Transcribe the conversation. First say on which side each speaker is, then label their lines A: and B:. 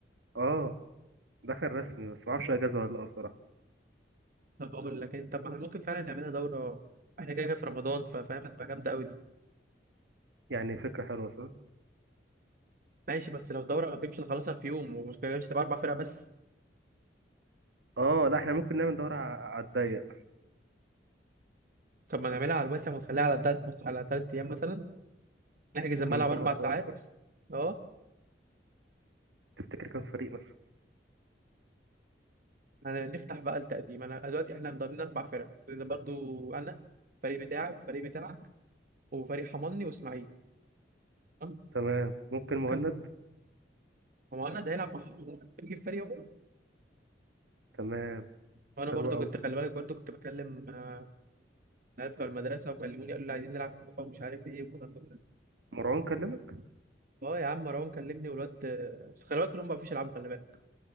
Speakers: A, on the right; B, on the right.
A: اه دخل رسمي بس معرفش أجازة ولا لأ بصراحة
B: طب اقول لك انت ما إحنا ممكن فعلا نعملها دوره احنا كده كده في رمضان ففاهم هتبقى جامده قوي دي
A: يعني فكرة حلوة صح؟
B: ماشي بس لو دوره ما فهمش نخلصها في يوم ومش كده مش تبقى اربع فرق بس
A: اه لا احنا ممكن نعمل دورة ع- على الضيق
B: طب ما نعملها على الواسع ونخليها على تلات مط... على تلات ايام مثلا نحجز الملعب
A: ونجمع
B: اربع
A: فرق
B: ساعات
A: أكبر
B: اه
A: تفتكر كام فريق مثلا
B: هنفتح بقى التقديم انا دلوقتي احنا مضامنين اربع فرق لان برضو انا الفريق بتاعك والفريق بتاعك وفريق حماني واسماعيل تمام؟
A: تمام ممكن مهند
B: كم هو انا ده هيلعب مع حماني هيجيب فريق واحد.
A: تمام
B: وانا
A: حلو
B: برضو
A: أوي
B: كنت خلي بالك برضو كنت بكلم آه، العيال بتوع المدرسه وكلموني قالوا لي عايزين نلعب كوره ومش عارف ايه والكلام ده كله
A: مروان كلمك؟
B: اه يا عم مروان كلمني والواد بس خلي بالك كلهم ما بيعرفوش يلعبوا خلي بالك